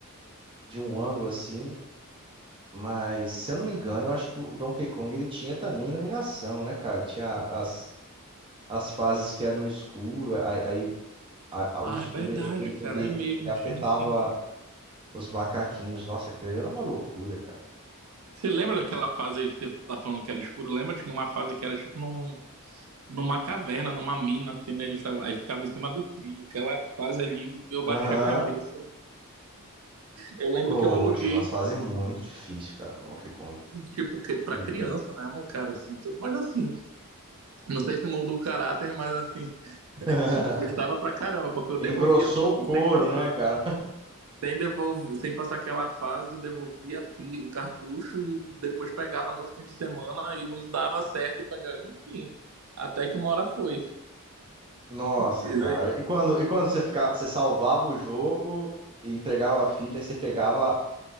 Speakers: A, on the right; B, on the right.
A: de um ângulo assim, mas se eu não me engano, eu acho que o Donkey Kong ele tinha também iluminação, né, cara? Que tinha as, as fases que era no escuro, aí, aí a- a- o
B: Ah,
A: escuro
B: é verdade,
A: ele,
B: cara,
A: ele,
B: é mesmo,
A: ele afetava
B: tinha assim.
A: os macaquinhos. Nossa, aquilo ali era uma loucura, cara.
B: Você lembra daquela fase que você tá falando que era escuro? Lembra de uma fase que era tipo num, numa caverna, numa mina, assim, né? Eles tavam, aí ficava em cima do trilho. Aquela fase ali, eu bati
A: Aham.
B: a cabeça. Eu lembro
A: Ô,
B: que eu aluguei,
A: tinha umas fases muito difíceis, cara, no Donkey Kong.
B: tipo, que- pra
A: Primeiro.
B: criança, né? Um cara assim, tudo. Mas assim, não sei se moldou o caráter, mas assim, <laughs>
A: <laughs>
B: frustrava pra caramba, porque eu
A: Engrossou
B: devolvia a fita
A: o couro,
B: sem passar.
A: né, cara?
B: Sem, devolver, sem passar aquela fase, devolvia a fi- o cartucho e depois pegava no outro fim de semana e não dava certo e pegava, enfim. Até que uma hora foi.
A: Nossa,
B: Isso
A: cara.
B: aí.
A: E quando, e quando você ficava, você salvava o jogo e entregava a fita, e você pegava,